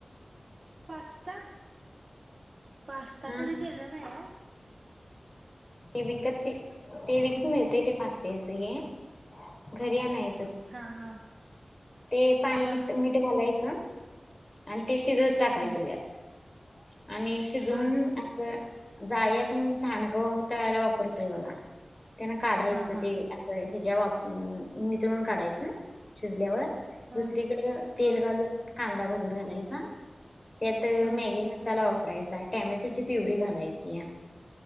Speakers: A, on the right; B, on the left.
A: पास्ता, पास्ता
B: हा
A: कधी केला नाही ओ.
B: ते विकत ते ते विकत मिळतय ते पास्तेच ते हे घरी आणय.
A: हा हा.
B: ते पाण्यात
A: हा
B: मीठ घालायचं आणि ते शिजत टाकायचं
A: हम्म
B: त्यात. आणि शिजवून.
A: हा
B: असं जाळी आपण सांडगं तळायला वापरतोय बघा. त्यांना काढायचं
A: हा हा
B: ते असं ह्याच्या वाप नितळून काढायचं शिजल्यावर.
A: हा
B: दुसरीकड तेल
A: हा
B: घालून कांदा भाजत घालायचा त्यात
A: हा
B: मॅगी मसाला वापरायचा टेमॅटोची प्युरी घालायची